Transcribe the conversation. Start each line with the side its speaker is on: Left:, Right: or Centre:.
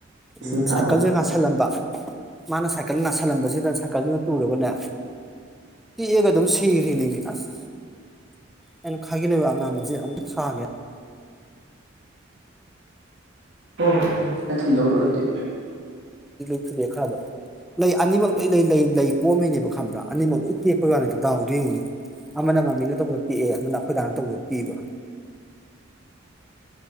Centre: ꯎꯝ
Right: ꯏꯁꯤꯡ
Centre: ꯁꯥꯏꯀꯜꯖꯦ
Right: ꯊꯥꯕꯗ
Centre: ꯉꯥꯁꯜꯂꯝꯕ ꯃꯥꯅ ꯁꯥꯏꯀꯜ ꯉꯥꯁꯜꯂꯝꯕꯖꯤꯗ ꯁꯥꯏꯀꯜꯗꯨꯅ ꯇꯨꯔꯒꯅꯦ ꯇꯦꯛꯑꯒ ꯑꯗꯨꯝ ꯁꯤꯒꯔꯤꯅꯤꯃꯤ ꯑꯁ ꯑꯩꯅ ꯈꯥꯒꯤꯂꯩꯍꯥꯎ ꯑꯉꯥꯡꯕꯖꯦ ꯑꯃꯨ ꯑꯥꯅꯤꯌ
Right: ꯑꯣ ꯐꯔꯦ ꯐ ꯅꯪ ꯊꯤꯟꯗꯣꯛ ꯎꯔꯣ ꯑꯗꯨꯗꯤ
Centre: ꯊꯨꯗꯦꯛꯈ꯭ꯔꯕ ꯂꯩ ꯑꯅꯤꯃꯛ ꯂꯣꯏ ꯂꯩ ꯂꯩ ꯂꯩ ꯄꯣꯝꯃꯤꯅꯦꯕ ꯈꯪꯕ꯭ꯔꯥ ꯑꯅꯤꯃꯛ ꯂꯣꯏ ꯇꯦꯛꯄ ꯋꯥꯅꯤꯗ ꯗꯥꯎꯗꯣ ꯌꯦꯡꯉꯨꯅꯦ ꯑꯃꯅ ꯃꯃꯤꯅ ꯇꯧꯕꯗ ꯇꯦꯛꯑꯦ ꯑꯃꯅ ꯑꯩꯈꯣꯏꯗꯥꯅ ꯇꯧꯕꯗ ꯇꯦꯛꯏꯕ